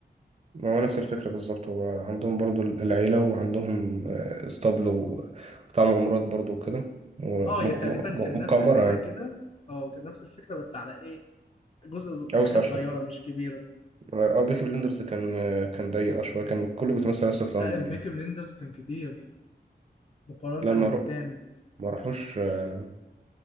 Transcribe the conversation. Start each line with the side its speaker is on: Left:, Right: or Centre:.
Right: ما هو نفس الفكرة بالظبط هو عندهم برضو العيلة وعندهم آه، اسطبل و- وبتاع مغامرات برضو وكده وم-
Left: اه هي
Right: م-
Left: تقريبا
Right: م-
Left: كان
Right: مقامرة
Left: نفس الفكرة
Right: يعني
Left: كده اه كان نفس الفكرة بس على إيه؟ جزء صغ-
Right: أوسع
Left: حاجة صغيرة
Right: شوية
Left: مش كبيرة
Right: أو بيكي بلندرز كان آه، كان ضيق أه شوية كان كله بيتمثل بس في لندن
Left: لأ البيكي
Right: يعني
Left: بليندرز كان كتير مقارنة
Right: لا ما
Left: بالتاني
Right: رو- ما راحوش آه،